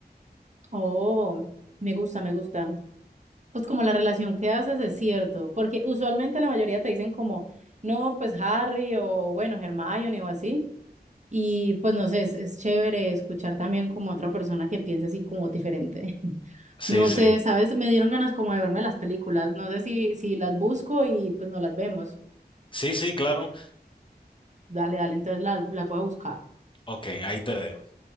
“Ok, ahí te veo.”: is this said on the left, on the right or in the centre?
Left